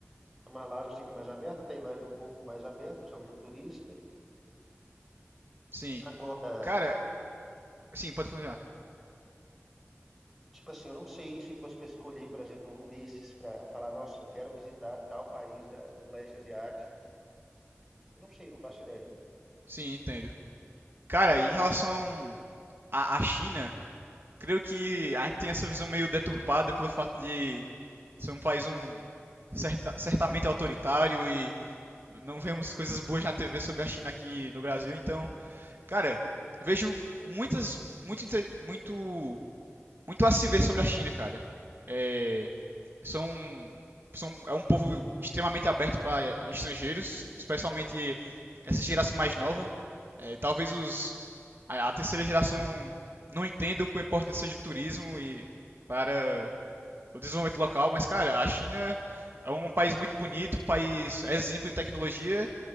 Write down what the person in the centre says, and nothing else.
A Malásia, eu sei que é mais aberta. A Tailândia, um pouco mais aberta, principalmente ao turista.
Agora,
tipo assim, eu não sei se fosse para escolher, por exemplo, um desses para falar, nossa, eu quero visitar tal país da, do leste asiático. Eu não sei, não faço ideia.